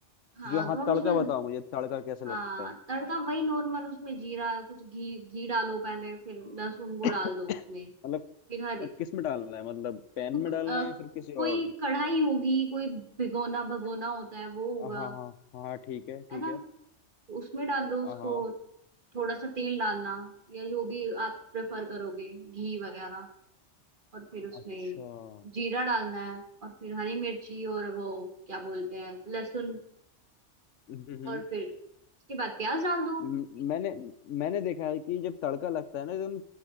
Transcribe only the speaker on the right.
हाँ
तो आप
उसमें
हाँ
तड़का वही नॉर्मल उसमें जीरा कुछ घी घी डालो पहले फिर लहसुन को
डाल दो उसमें
फिर हर
तो,
क-
अ,
कोई
कढ़ाई होगी कोई भिगोना भगोना होता है वो होगा
है ना
तो उसमें डाल दो
उसको थोड़ा सा तेल डालना या जो भी आप प्रेफर करोगे घी वगैरह और फिर उसमें
जीरा डालना है और फिर हरी मिर्ची और वो क्या बोलते हैं लहसुन
और फिर उसके बाद प्याज डाल दो